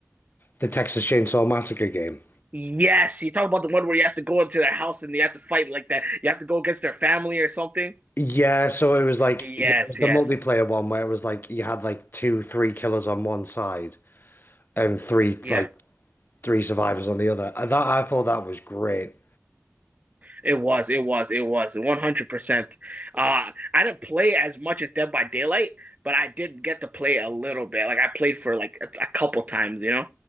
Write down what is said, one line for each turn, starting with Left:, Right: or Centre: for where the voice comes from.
Left: the Texas Chainsaw Massacre game.
Right: Yes, you talk about the one where you have to go into their house and you have to fight like that. You have to go against their family or something.
Left: Yeah, so it was like
Right: Yes,
Left: yeah, it was the
Right: yes.
Left: multiplayer one where it was like you had like two, three killers on one side and three
Right: Yeah,
Left: like three survivors on the other. Uh, That I thought that was great.
Right: it was, it was, it was 100%. Uh, I didn't play as much as Dead by Daylight, but I did get to play a little bit. Like, I played for like a, a couple times, you know?